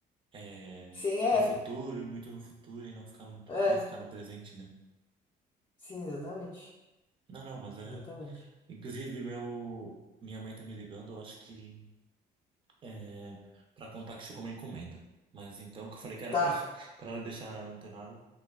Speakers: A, on the right; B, on the left.
A: é,
B: sim, é,
A: no futuro, muito no futuro, e não ficar muito,
B: é,
A: não ficar no presente, né?
B: sim, exatamente,
A: Não, não, mas é.
B: exatamente,
A: Inclusive, meu, minha mãe tá me ligando, eu acho que é, para contar que chegou uma encomenda. Mas então, que eu falei que era
B: tá,
A: pra, <laughs> pra ela deixar antenado,